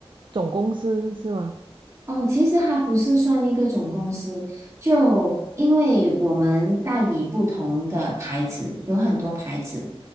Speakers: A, on the right (about 50°); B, on the right (about 30°).
A: 总公司是吗？
B: 哦，其实它不是算一个总公司，就因为我们代理不同的牌子，有很多牌子，